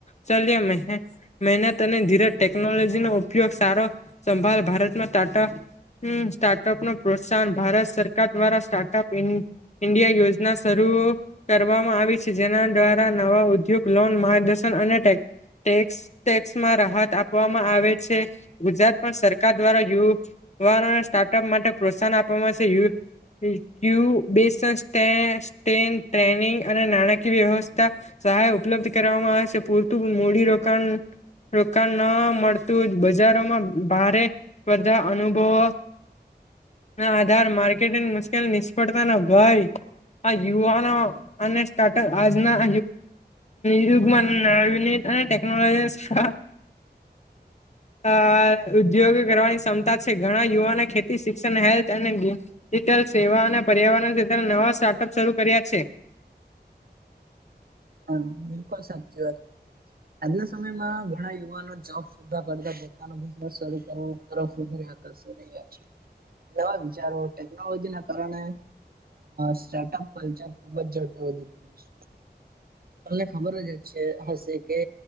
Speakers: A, on the left; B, on the right.
A: ચલમે હ મહેનત અને ધીરજ ટેકનોલોજી નો ઉપયોગ સારો સંભાળ ભારતમાં ટાટા. હમ સ્ટાર્ટઅપ નો પ્રોત્સાહન ભારત સરકાર દ્વારા સ્ટાર્ટઅપ ઇન્ડિયા યોજના શરૂ કરવામાં આવી છે જેના દ્વારા નવા ઉદ્યોગ લોન માર્ગદર્શન અનેટે ટેક્ ટેક્સમાં રાહત આપવામાં આવે છે ગુજરાત પણ સરકાર દ્વારા યુ યુવાનોને સ્ટાર્ટઅપ માટે પ્રોત્સાહન આપવામાંશેયુ. ુ બે ટ્રેનિંગ અને નાણાકીય વ્યવસ્થા સહાય ઉપલબ્ધ કરવામાં આવે છે પૂરતું મૂડીરોકાણ. રોકાણ ન મળતું બજારોમાં ભારે સ્પર્ધા અનુભવ ના આધાર માર્કેટિંગ મુશ્કેલ નિષ્ફળતા ના ભય. આ યુવાનો અને સ્ટાર્ટઅપ આજના નિુગમાં ના ત ટટેકનોલોજી છ <unintelligible> <unintelligible> અ ઉદ્યોગ કરવાની ક્ષમતા છે ઘણા યુવાને ખેતી શિક્ષણ હેલ્થ અને અત્યારે સેવા અને પર્યાવરણ ક નવા સ્ટાર્ટઅપ શરૂ કર્યા છે.
B: હા બિલકુલ સાચી વાત આજના સમયમાં ઘણા યુવાનો જોબ કરતા બ તર વધ આર્ષ રહ્યા છે. <unintelligible> નવા વિચારો ટેકનોલોજી ના કારણે સ્ટાર્ટઅપ કલ્ચર ખુબ જ ઝડપ વધી રહ્યું છે. તમને ખબર જ છે હશે કે